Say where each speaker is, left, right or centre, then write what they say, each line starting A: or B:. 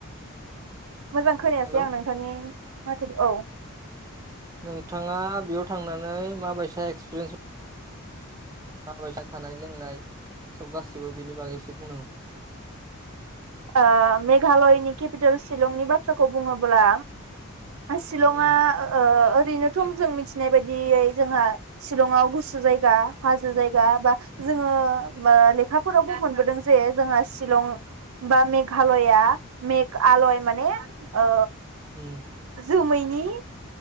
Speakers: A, on the right; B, on the right.
A: मोजां खोनायासै
B: हेलौ
A: आं नोंथांनि माथो औ
B: नोंथाङा बेयाव थांनानै माबायसा एक्सपिरियेन्स माबायसा थानाय लोंनाय सब गासिबो बेनि बागै एसे बुंनो
A: ओ मेघालयनि केपिटेल शिलंनि बाथ्राखौ बुङोब्ला शिलंआ
B: उम
A: ओ ओरैनोथ' जों मिथिनाय बायदियै जोंहा शिलंआव गुसु जायगा हाजो जायगा बा जोङो लेखाफोरावबो मोनबोदों जे जोंहा शिलं बा मेघालया मेघालय माने ओ
B: ओम
A: जोमैनि